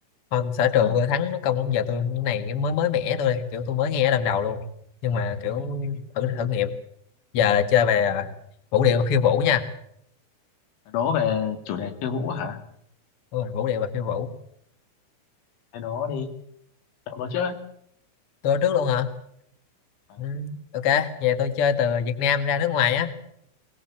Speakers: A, on the left; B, on the left.
A: không sở trường
B: Ừ,
A: vừa thắng nó công giờ tôi cái này mới mới mẻ tôi kiểu tôi mới nghe lần đầu luôn nhưng mà kiểu thử thử nghiệm giờ là chơi về à, vũ điệu và khiêu vũ nha
B: đố về chủ đề khiêu vũ hả?
A: Đúng rồi, vũ điệu và khiêu vũ
B: Thế đố đi, cho ông đố trước. ấy.
A: tôi ở trước luôn hả
B: Ừ,
A: ừ, ok giờ tôi chơi từ Việt Nam ra nước ngoài á